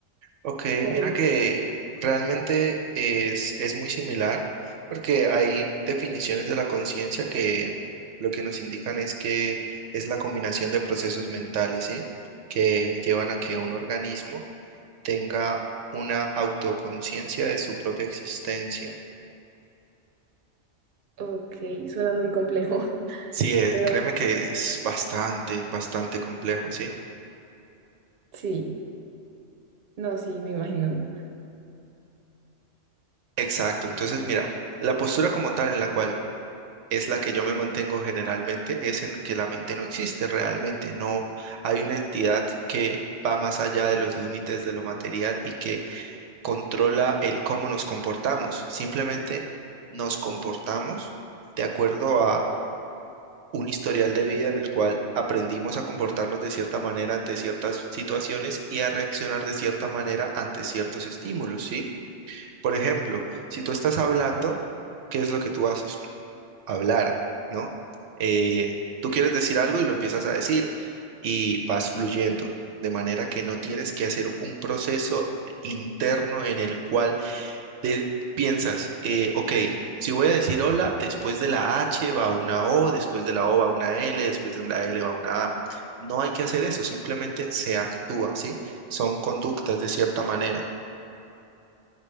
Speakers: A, on the right (about 80°); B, on the right (about 55°).
A: Ok,
B: con...
A: mira que realmente es, es muy similar, porque hay definiciones de la conciencia que lo que nos indican es que es la combinación de procesos mentales, ¿sí? Que llevan a que un organismo tenga una autoconciencia de su propia existencia.
B: Ok, suena muy complejo, <laughs>
A: Sí, eh,
B: pero...
A: créeme que es bastante, bastante complejo, ¿sí?
B: Sí, no, sí, me imagino.
A: Exacto. Entonces, mira, la postura como tal en la cual es la que yo me mantengo generalmente, es en que la mente no existe realmente, no hay una entidad que va más allá de los límites de lo material y que controla el cómo nos comportamos. Simplemente nos comportamos de acuerdo a un historial de vida en el cual aprendimos a comportarnos de cierta manera ante ciertas situaciones y a reaccionar de cierta manera ante ciertos estímulos, ¿sí? Por ejemplo, si tú estás hablando, ¿qué es lo que tú haces? hablar, ¿no? Eh, tú quieres decir algo y lo empiezas a decir y vas fluyendo, de manera que no tienes que hacer un proceso interno en el cual te piensas, eh, ok, si voy a decir hola, después de la H va una O, después de la O va una L, después de la L va una A. No hay que hacer eso, simplemente se actúa, ¿sí? Son conductas de cierta manera.